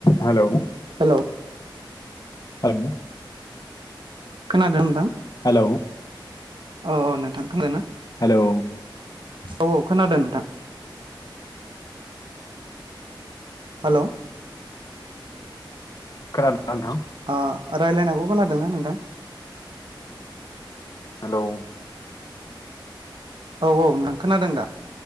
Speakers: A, on the left; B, on the right.
A: Hello
B: hello
A: hello.
B: खोनादों नोंथां।
A: हेलौ।
B: अ औ नोंथां खोनादों ना?
A: हेलौ
B: औ औ खोनादों नोंथां। हेलौ
A: खोनादों ना नोंथां।
B: ओ रायलायनायखौ खोनादोंना नोंथां।
A: हेलौ।
B: औ औ नोंथां खोनादों दा?